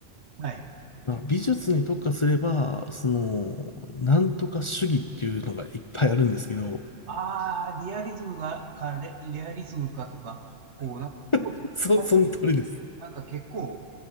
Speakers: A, on the right; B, on the left.
A: はい。
B: まあ、美術に特化すれば、その、なんとか主義っていうのがいっぱいあるんですけど、
A: ああ、リアリズムが、か、レ、レアリズムかとか、こう、なんか、そう確かに、
B: <laughs> そ、その通りです。
A: なんか結構、